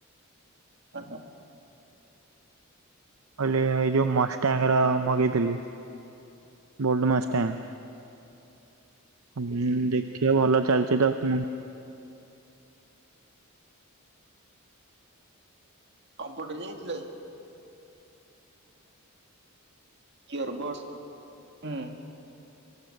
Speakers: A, on the right; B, on the right.
A: ହଁ ହଁ।
B: ମୁଁ କହିଲି ଏଇ ଯୋଉ ମଷ୍ଟାଙ୍କର ମଗେଇଥିଲି ବୋଲ୍ଡ ମଷ୍ଟଙ୍ଗ। ହୁଁ ଦେଖିଆ ଭଲ ଚାଲିଛି ତ ହୁଁ।
A: କମ୍ପ୍ୟୁଟର ଯାଇଥିଲୁ ଆଜି? ଇୟରବଡସ୍‌ ହୁଁ।